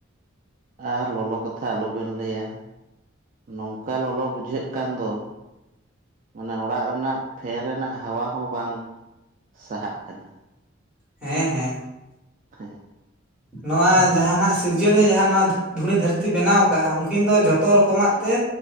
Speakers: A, on the right; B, in the centre.
A: ᱟᱨ ᱞᱚᱞᱚ ᱠᱟᱛᱷᱟ ᱟᱞᱚᱵᱮᱱ ᱞᱟᱹᱭᱟ ᱱᱚᱝᱠᱟ ᱞᱚᱞᱚ ᱵᱩᱡᱷᱟᱹᱜ ᱠᱟᱱ ᱫᱚ ᱢᱟᱱᱮ ᱚᱲᱟᱜ ᱨᱮᱱᱟᱜ ᱯᱷᱮᱱ ᱨᱮᱱᱟᱜ ᱦᱟᱣᱟ ᱦᱚᱸ ᱵᱟᱝ ᱥᱟᱦᱟᱜ ᱠᱟᱱᱟ
B: ᱦᱮᱸ ᱦᱮᱸ
A: ᱦᱮᱸᱮᱸ
B: ᱱᱚᱣᱟ ᱡᱟᱸᱦᱟᱱᱟᱜ ᱥᱤᱨᱡᱚᱱᱤᱭᱟᱹ ᱡᱟᱸᱦᱟ ᱱᱚᱣᱟ ᱫᱷᱩᱲᱤ ᱫᱷᱟᱹᱨᱛᱤ ᱵᱮᱱᱟᱣ ᱠᱟᱜᱼᱟ ᱩᱱᱠᱤᱱ ᱫᱚ ᱡᱚᱛᱚ ᱨᱚᱠᱚᱢᱟᱜ ᱛᱮ